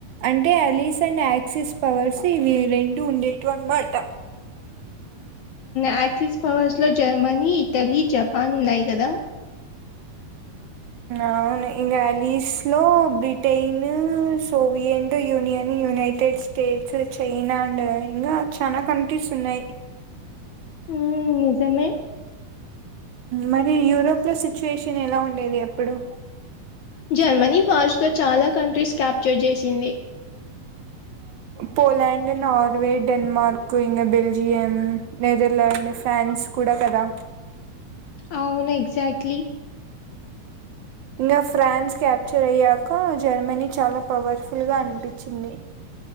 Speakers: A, on the right (about 70°); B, on the left (about 70°).
A: అంటే అలీస్ అండ్ యాక్సిస్ పవర్స్ ఇవి రెండు ఉండేట్వి అన్నమాట
B: యాక్సిస్ పవర్స్ లో జర్మనీ ఇటలీ జపాన్ ఉన్నాయి కదా
A: అవును ఇంగ లిస్టులో Britain Soviet Union United States China and ఇంకా చనా కంట్రీస్ ఉన్నాయి
B: హ్మ్మ్ నిజమే
A: మరి యూరోప్లో సిచ్యుయేషన్ ఎలా ఉండేది ఎప్పుడు
B: జర్మనీ ఫాస్ట్గా చాలా కంట్రీస్ క్యాప్చర్ చేసింది
A: పోలాడ్ నార్వే డెన్మార్క్ ఇక బల్జిం నెదర్లాండ్ ఫన్స్ ఫండ్స్ కూడా కదా
B: అవును ఎక్జాక్ట్లీ
A: ఇంకా ఫ్రాన్స్ క్యాప్చర్ అయ్యాక జర్మనీ చాలా పవర్ఫుల్ గా అనిపించింది ని